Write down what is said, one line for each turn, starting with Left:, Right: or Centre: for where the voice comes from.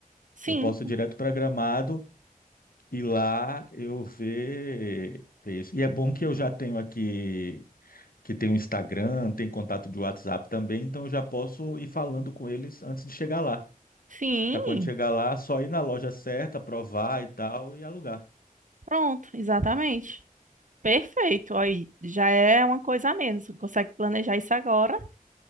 Right: Sim,
Left: Eu posso ir direto para Gramado e lá eu ver, ver isso. E é bom que eu já tenho aqui, que tem o Instagram, tem contato de WhatsApp também, então eu já posso ir falando com eles antes de chegar lá.
Right: sim.
Left: Para quando chegar lá, só ir na loja certa, provar e tal e alugar.
Right: Pronto, exatamente. Perfeito. Aí já é uma coisa a menos. Você consegue planejar isso agora